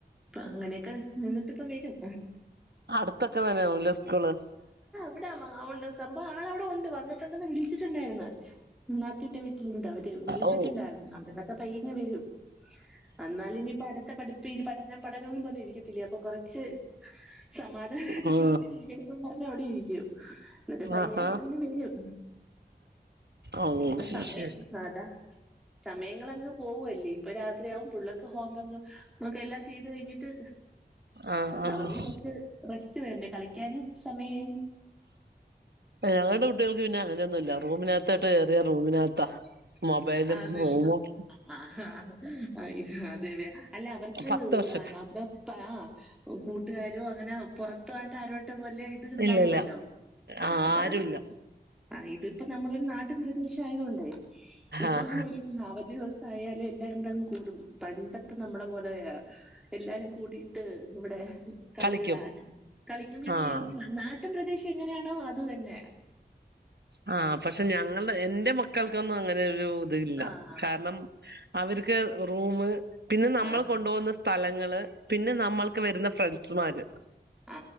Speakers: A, in the centre; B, on the right.
A: ഇപ്പ അങ്ങനെയൊക്കെ നിന്നിട്ടിപ്പവരും
B: അടുത്തൊക്കെ തന്നെയാവുല്ലെ സ്കൂള്?
A: വിടെ <unintelligible> സംഭവം ആൾ അവടെ ഒണ്ട് വന്നിട്ടുണ്ടെന്ന് വിളിച്ചിട്ടുണ്ടായിരുന്നു നാത്തൂന്റെ വീ ട്ടിലുണ്ട് അവടെ വിളിച്ചിട്ടുണ്ടായിരുന്നു
B: ഓ
A: അവിടെന്നൊക്കെപയ്യേങ്ങവരും ന്നാല് പ്പൊനിയിപ്പഅടുത്ത പഠിപ്പ് പഠ ഞാൻ പഠനൊന്നും പറഞ്ഞ് ഇരിക്കത്തില്ലേ അപ്പൊകൊറച്ച് സമാധാനായിട്ട്
B: ഉം
A: കൊറച്ചേരം ഇരിക്കട്ടെ ന്നും പറഞ് അവിടെ ഇരിക്കും എന്നിട്ട്പയ്യെങ്ങ്
B: ആഹാ
A: വെരും
B: ഓ
A: ഇനിയിപ്പോ
B: ശരി
A: സമയം
B: ശരി
A: അതാ സമയങ്ങളങ്ങ്പോവല്ലേ ഇപ്പൊരാത്രിയാവും പിള്ളേർക്ക് ഹോംവർക്ക് നമുഎല്ലാം ത്കഴിഞ്ഞിട്ട്
B: ആഹ് ആഹ്
A: അവർക്കും കൊറച്ച് റെസ്റ്റ് വെണ്ടെ കളിക്കാനുംസമയ
B: ഞങ്ങളുടെ കുട്ട്യാൾക്ക്പിന്നെ അങ്ങനൊന്നുല്ല റൂമിനകത്തോട്ട് കേറിയ റൂമിനകത്താ
A: <unintelligible>
B: മൊബൈലും റൂമും
A: അല്ല അവർക്ക്
B: പത്ത്
A: <unintelligible>
B: വർഷത്തി
A: കൂട്ടുകാരോ അങ്ങനെ പൊറത്തുവായിട്ട് ആരോയിട്ട്പോലെ ഇത്ണ്ടാവൂലല്ലോ
B: ഇല്ലല്ല
A: ആ
B: ആരുല്ല
A: അതാണ് ആ ഇതിപ്പോനമ്മളൊരു നാട്ടിൻ പ്രദേശായതോണ്ടെയ് ഇപ്പൊരു
B: ആഹ്
A: അവധിദിവസ ആയാലും എല്ലാരുംകൂടെങ്ങ്കൂടും പണ്ടത്തെനമ്മളെ പോലെ എല്ലാരും കൂടിട്ട്ഇവിടെ കളികളാണ്
B: കളിക്കും
A: കളിക്കുംപിന്നെ
B: ആഹ്
A: നാട്ടുംപ്രദേശം എങ്ങനെയാണോഅത് തന്നെ
B: ആ പക്ഷെ ഞങ്ങളുടെ എന്റെ മക്കൾക്കൊന്നും അങ്ങനെഒരു തില്ല
A: ആഹ്
B: കാരണം അവർക്ക് റൂമ് പിന്നെനമ്മൾ
A: ആഹ്
B: കൊണ്ടുപോകുന്ന സാ സ്ഥലങ്ങള് പിന്നെനമ്മൾക്ക് വരുന്നഫ്രണ്ട്സ്മാര്
A: ആ